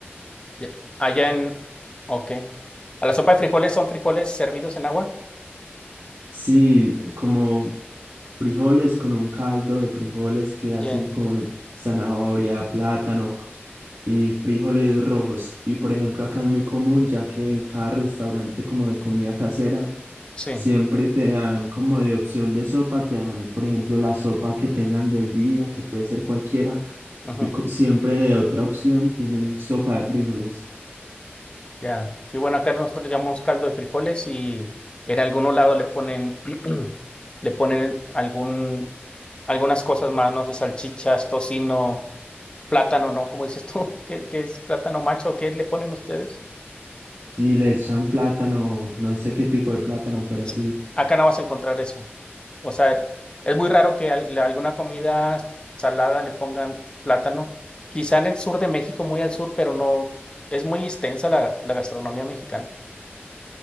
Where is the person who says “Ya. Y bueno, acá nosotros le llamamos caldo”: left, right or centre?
Left